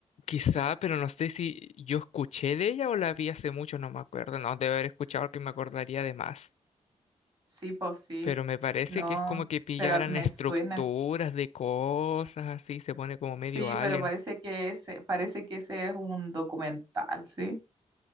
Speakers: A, on the left; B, on the right.
A: quizá, pero no sé si yo escuché de ella o la vi hace mucho, no me acuerdo, no, debe haber escuchado porque me acordaría de más.
B: Sí, pues sí.
A: Pero me parece
B: No,
A: que es como que pillaran
B: pero me
A: estructuras
B: suena.
A: de cosas así, se pone como medio
B: Sí,
A: alien.
B: pero parece que ese, parece que ese es un documental, ¿sí?